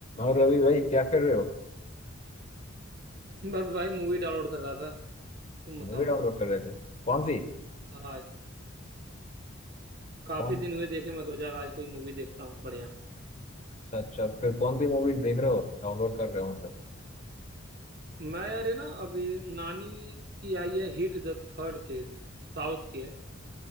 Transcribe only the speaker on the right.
बस भाई movie download कर रहा था तुम बताओ
हाँ काफी
दिन हुए देखे मैं सोचा आज कोई मूवी देखता हूँ बढ़िया
मैं यार ये ना अभी नानी की आई है hit the third case South की है